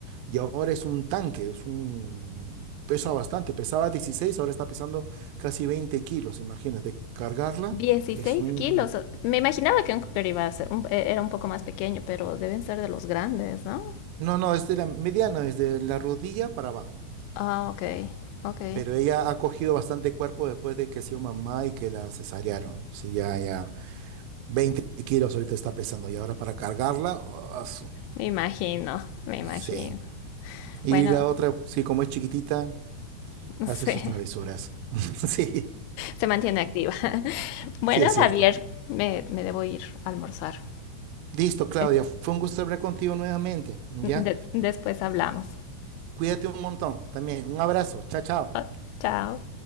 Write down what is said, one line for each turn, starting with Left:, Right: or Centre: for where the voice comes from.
Right: y ahora es un tanque, es un... pesa bastante, pesaba 16, ahora está pesando casi 20 kilos, imagínate, cargarla
Left: Dieciséis
Right: es un...
Left: kilos. o- Me imaginaba que un cocker iba a ser un- eh, era un poco más pequeño, pero deben ser de los grandes, ¿no?
Right: No, no, es de la mediana, desde la rodilla para abajo,
Left: Ah, ok, ok.
Right: pero ella ha cogido bastante cuerpo después de que ha sido mamá y que la cesarearon, sí, ya, ya, 20 kilos ahorita está pesando y ahora para cargarla, ah, su-
Left: Me imagino, me imagino.
Right: sí. Y
Left: Bueno,
Right: la otra, sí, como es chiquitita, hace
Left: <laughs> sí,
Right: sus travesuras, <laughs> sí,
Left: se mantiene activa. <laughs> Bueno,
Right: sí es cierto.
Left: Javier, me, me debo ir a almorzar.
Right: Listo, Claudia.
Left: Es-
Right: Fue un gusto hablar contigo nuevamente, ¿ya?
Left: de- después hablamos.
Right: Cuídate un montón también. Un abrazo. Chao, chao.
Left: Oh, Chao.